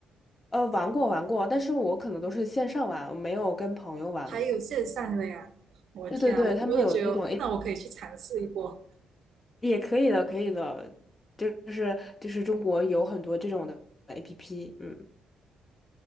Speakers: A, on the left; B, on the right.
A: 呃，玩过玩过，但是我可能都是线上玩，我没有跟朋友玩过。
B: 还有线上的呀？我的天啊，
A: 对对对，
B: 我我都觉得那我可以去尝试一波。
A: 他们有那种诶也可以的，可以的，就是就是中国有很多这种的 APP。嗯，